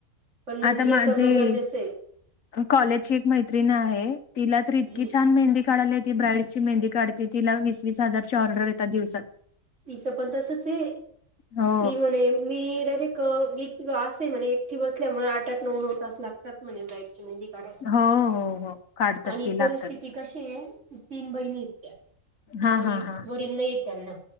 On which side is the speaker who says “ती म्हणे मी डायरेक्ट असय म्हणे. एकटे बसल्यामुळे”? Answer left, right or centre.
Right